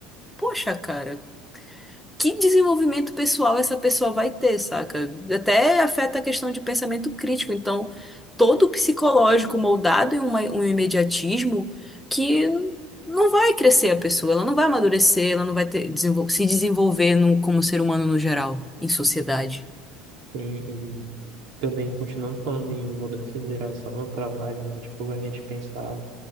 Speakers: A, in the centre; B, on the right.
A: poxa, cara que desenvolvimento pessoal essa pessoa vai ter, saca? Até afeta a questão de pensamento crítico. Então, todo psicológico moldado em uma- um imediatismo que não vai crescer a pessoa, ela não vai amadurecer, ela não vai ter- desenvol- se desenvolver num- como ser humano no geral, em sociedade.
B: E, e também, continuando falando em mudança de geração no trabalho, né? Tipo, a gente pensar,